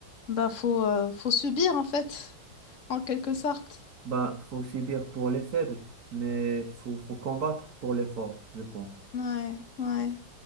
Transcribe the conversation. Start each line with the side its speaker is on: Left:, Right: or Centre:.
Left: bah faut, euh, faut subir en fait, <laughs> en quelque sorte.
Right: Ben, faut subir pour les faibles, mais faut, faut combattre pour les forts, je pense.
Left: Ouais, ouais,